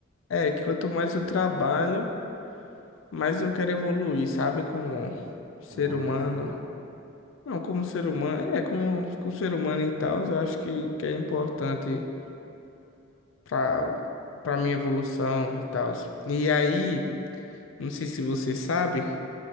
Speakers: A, on the left; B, on the right.
A: é, que quanto mais eu trabalho, mais eu quero evoluir, sabe? Como ser
B: como uma
A: humano.
B: pessoa.
A: Não, como ser humano, é, como, como ser humano e tal, eu acho que, que é importante para para minha evolução e tal. E aí, não sei se você sabe,